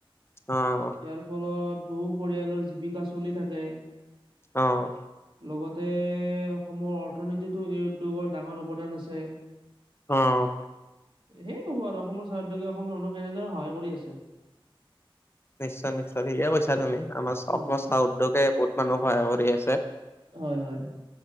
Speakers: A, on the left; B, on the right.
A: অহ
B: ইয়াৰ ফলত বহু পৰিয়ালৰ জীৱিকা চলি থাকে।
A: অ',
B: লগতে অসমৰ অৰ্থনীতিতো এই উদ্যোগৰ ডাঙৰ অৱদান আছে।
A: অহ
B: সেই হব আৰু অসমৰ চাহ উদ্যোগিয় অসমৰ মানুহক এনেদৰে সহায় কৰি আছে।
A: নিশ্চয় নিশ্চয়, ঠিকে কৈছা তুমি আমাৰ
B: উম,
A: অসমৰ চাহ উদ্যোগে বহুত মানুহ সহায় কৰি আছে।
B: হয় হয়।